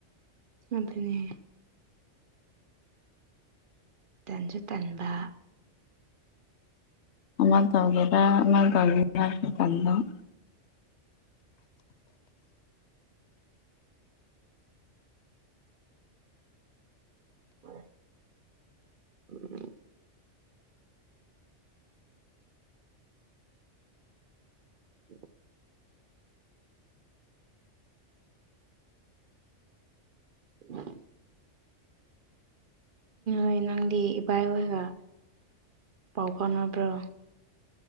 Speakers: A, on the right (about 55°); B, on the left (about 70°).
A: ꯑꯗꯨꯗꯅꯦ ꯇꯟꯁꯨ ꯇꯟꯕ
B: ꯑ ꯇꯧꯒꯦꯔꯥ ꯑꯃ ꯇꯔ ꯆꯀꯥꯟꯗ <inaudible>
A: ꯎ ꯎꯝ ꯎ ꯎꯝ ꯣꯏ ꯅꯪꯗꯤ ꯏꯕꯥ ꯏ ꯍꯣꯏꯒ ꯄꯥꯎ ꯐꯥꯎꯅꯕ꯭ꯔꯣ